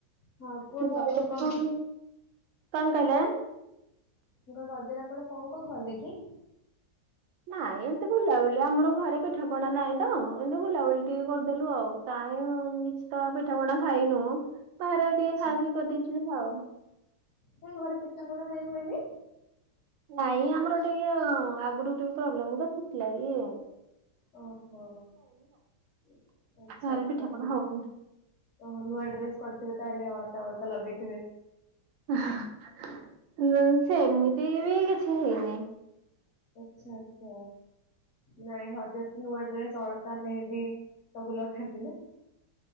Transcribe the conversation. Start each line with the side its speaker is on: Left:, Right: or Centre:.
Left: ହଁ କୁହନ୍ତୁ
Right: ହ୍ୟାଲୋ
Left: ଆପଣ କୁହନ୍ତୁ
Right: କଣ କହିଲ?
Left: ମୁଁ କହିଲି ରଜରେ ଆପଣ କଣ କଣ କଲେ କି?
Right: ନାଇଁ ଏମିତି ବୁଲାବୁଲି ଆମର ଘରେ ପିଠା ପଣା ନାହିଁ ତ ଏମତି ବୁଲାବୁଲି ଟିକେ କରିଦେଲୁ ଆଉ କାହି କିଛି ତ ପିଠା ପଣା ଖାଇନୁ। ବାହାରେ ଟିକେ
Left: ଆଚ୍ଛା
Right: ଖାସ ବି କରିଦେଇଛୁ ଆଉ
Left: ନାଇଁ ଘରେ ପିଠା ପଣା କାଇଁ ହୁଏନି?
Right: ନାଇଁ ଆମର ଟିକେ ଆଗରୁ ଟିକେ ପ୍ରୋବ୍ଲେମ ଥିଲା କି
Left: ଓହୋ <inaudible> ଆଚ୍ଛା
Right: ଘରେ ପିଠାପଣା
Left: ତାହେଲେ
Right: ହଉନି
Left: ଓହୋ ନୂଆଡ୍ରେସ୍ କ ଥିବ ତାହେଲେ ଅଳତା ଅଳତା ଲଗେଇଥିବେ।
Right: ସେ ସେମିତି ବି କିଛି ହେଇନି
Left: ଆଛା ଆଛା ନାଇଁ ରଜରେ ତ ନୂଆ ଡ୍ରେସ ଅଳତା ମେହେନ୍ଦୀ ସବୁ ଲଗାନ୍ତି ନା।